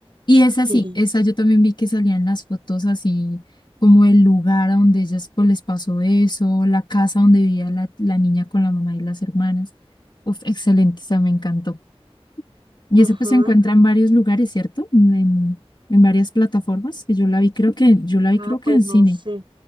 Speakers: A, on the left; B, on the right.
A: Y esa
B: Sí,
A: sí, esa yo también vi que salían las fotos así, como el lugar a donde ellas pues les pasó eso, la casa donde vivía la, la niña con la mamá y las hermanas. Uf, excelente, esa me encantó. Y
B: ajá.
A: esa pues se encuentra en varios lugares, ¿cierto? En, en varias plataformas, que yo la vi, creo que, yo la vi
B: Ah,
A: creo que
B: pues
A: en
B: no
A: cine.
B: sé.